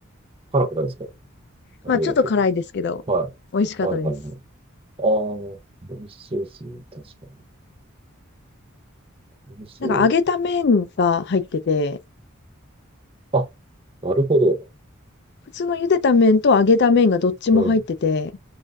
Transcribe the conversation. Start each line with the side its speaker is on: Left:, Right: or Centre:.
Right: 辛くないですかカレーだけど。
Left: まあちょっと辛いですけど、
Right: は
Left: 美味しかったです。
Right: い。はいはいはい。ああ、美味しそうですね。確かに。楽しい。
Left: なんか揚げた麺が入ってて、
Right: あ、なるほど。
Left: 普通の茹でた麺と揚げた麺がどっちも入ってて、
Right: うん。